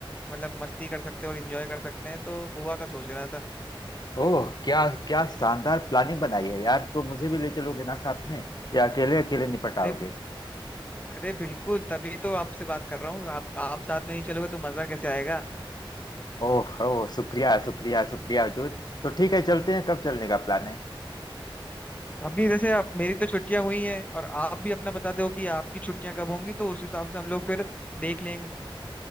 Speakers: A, on the left (about 15°); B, on the left (about 50°).
A: मतलब मस्ती कर सकते हैं और एंजॉय कर सकते हैं तो गोवा का सोच रहा था
B: ओह क्या क्या शानदार प्लानिंग बनाई है यार तो मुझे भी ले चलोगे ना साथ में या अकेले अकेले निपट
A: अरे
B: आओगे
A: अरे बिल्कुल तभी तो आपसे बात कर रहा हूँ आप आप साथ में नहीं चलोगे तो मजा कैसे आएगा
B: ओह ओह शुक्रिया शुक्रिया शुक्रिया हजूर तो ठीक है चलते हैं कब चलने का प्लान है
A: अभी जैसे आप मेरी तो छुट्टियां हुई हैं और आप भी अपना बता दो कि आपकी छुट्टियां कब होंगी तो उस हिसाब से हम लोग फिर देख लेंगे